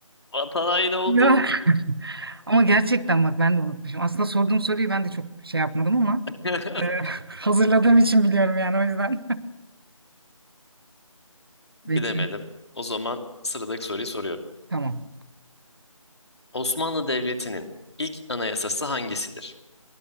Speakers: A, on the left; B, on the right.
A: vatan haini oldum.
B: Ya. <laughs> Ama gerçekten bak ben de unutmuşum. Aslında sorduğum soruyu ben de çok şey yapmadım ama
A: <laughs>
B: e, hazırladığım için biliyorum yani o yüzden. <laughs> Bekliyorum.
A: Bilemedim. O zaman sıradaki soruyu soruyorum.
B: Tamam.
A: Osmanlı Devleti'nin ilk anayasası hangisidir?